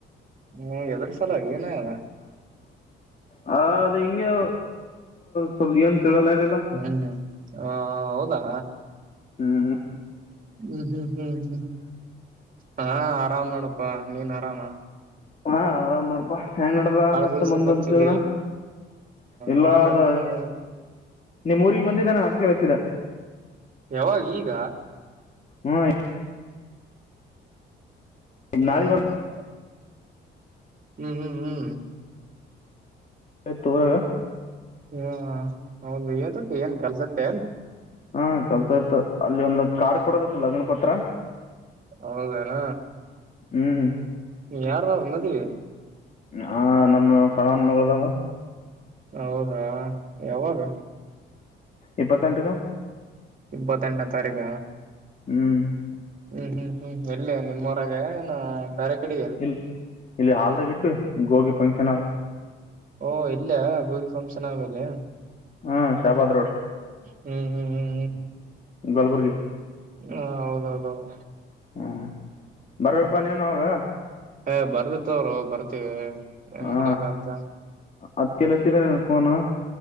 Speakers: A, on the right (about 45°); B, on the left (about 40°).
A: ಹ್ಮ್ ಎದ್ರ ಸಲ ಏನಯಲ್ಲ
B: ಹ ಅದ ಹಿಂಗೆ ಸ್ವಲ್ ಏನ್ ತಿೇಳಲಾರಲ್ಲ
A: ಹ್ಮ್ ಹ ಹೌದಾ
B: ಹ್ಮ್
A: ಹ್ಮ್ ಹ್ಮ್ ಹ್ಮ್ ಹ್ಮ್ ಹಾ ಆರಾಮ್ ನನಪ್ಪಾ ನೀನ್ ಆರಾಮಾ
B: ಹಾ ಆರಾಮ್ ಮಾಡ್ಪಾ ಹೆಂಗ್ ನಡದ ಮತ್ತ
A: ದಿವ್ಸಕ್
B: ಮುಂದನ
A: ಹಚ್ಚಿದಿ
B: ಇಲ್ಲದ
A: ಹ ನಡ್ದ್ ನೋಡ
B: ನಿಮ್ ಊಗ್ ಬಂದಿದ್ದಾನ ಅದ್ಕ ಹತ್ತಿದ
A: ಯಾವ ಈಗ
B: ಹ್ಮ್
A: ಹ್ಮ್
B: ನಾಳೆ
A: ಹ್ಮ್ ಹ್ಮ್ ಹ್ಮ್
B: ತೋರಾಗ
A: ಹಾ ಹೌ ಭಯ ತ ಕ ಕಲ್ ಸ ತೆ
B: ಹಾ ಕೆಲ್ಸ ಆತ ಅಲ್ಲಿ ಒಂದು ಕಾರ್ಡ್ ಕೊಡೋದ ಇತ್ತು ಲಗ್ನ ಪತ್ರ
A: ಹೌದಾನ
B: ಹ್ಮ್
A: ಯಾರದಾದ್ರರು ಮದ್ವಿ
B: ಆ ನಮ್ಮ ಸಣವನ್ ಮಗಳದದ
A: ಹೌದಾ ಯವಾಗ
B: ಇಪ್ಪತೆಟಕ
A: ಇಪ್ಪತ್ತೆಂಟನೇ ತಾರೀಕ
B: ಹ್ಮ್
A: ಹ್ಮ್ ಹ್ಮ್ ಹ್ಮ್ ಎಲ್ಲಿ ನಿಮ್ಮೂರಾಗೇನು ಬೇರೆ ತಡಿ
B: ಇಲ್ಲಿ ಇಲ್ಲಿ ಹಾಲ್ದಾಗ ಇಟ್ಟು ಹೋಗಿ ಫಂಕ್ಷನ್ ಹಾಲ್
A: ಓ ಇಲ್ಲ ಹೋಗಿ ಗಿ ಫಂಕ್ಷನ್ ಆದಮೇಲೆ
B: ಹೂ ಶಾಬಾದ್ ರೋಡ್
A: ಹೂ ಹೂ ಹೂ
B: ಕಲ್ಬುರ್ಗಿ
A: ಹೂ ಹೌದ ಹೌದ ಹೌದ
B: ಹ್ಹ್ ಬರೆಯಪ್ಪ ನೀನು ಅವಾಗ
A: ಏ ಬರ್ತೆ ತಗೋರೋ ಬರ್ತೀವಿ ಹೆಂಗ್
B: ಹಾ
A: ಬಿಡಕ್ ಆತ
B: ಹತ್ತಿ ದಿಲನ್ನ ಹು ನೋ